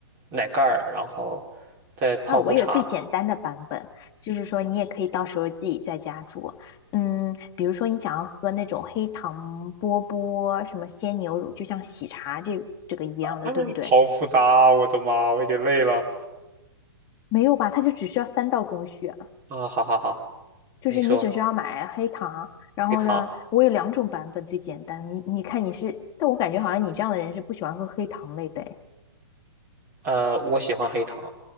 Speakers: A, on the right; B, on the left.
A: 奶盖儿，然后再泡壶茶。
B: 啊，我有最简单的版本，就是说你也可以到时候自己在家做。嗯，比如说你想要喝那种黑糖波波什么鲜牛乳，就像喜茶这这个一样的，
A: 哎好复杂啊我的妈，
B: 对不对？
A: 我已经累了。
B: 没有吧？它就只需要三道工序，
A: 啊，好好好，
B: 就是你只需要买黑糖，
A: 你说
B: 然后呢，
A: 黑糖，
B: 我有两种版本最简单。你你看你是，但我感觉好像你这样的人是不喜欢喝黑糖类的诶，
A: 呃，我喜欢黑糖，